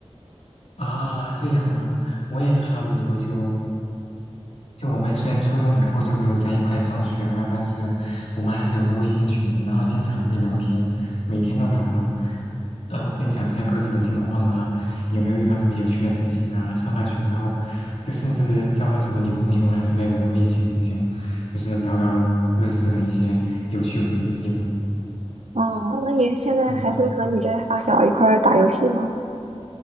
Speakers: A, on the left; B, on the right.
A: 啊，这样啊，我也差不多就就我们虽然初中以后就没有在一块上学了，但是我们还是有个微信群，然后经常会聊天，每天都聊吧，然后分享一下各自的近况啊，有没有遇到什么有趣的事情啊，上大学之后，就甚至交了什么女朋友啊之类的都会一起分享，就是聊聊各自的一些有趣回忆吧。
B: 哦，那你现在还会和你这发小一块儿打游戏吗？
A: 嗯。